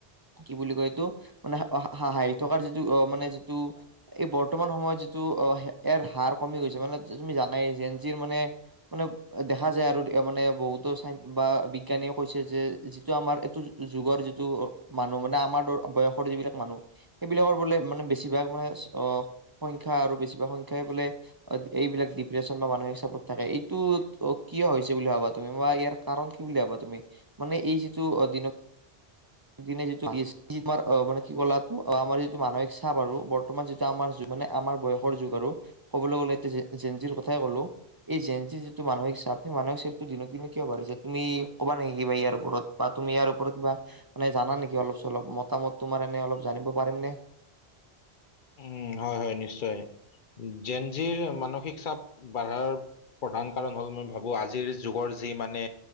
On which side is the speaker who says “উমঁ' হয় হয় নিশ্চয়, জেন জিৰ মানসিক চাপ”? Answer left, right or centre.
Left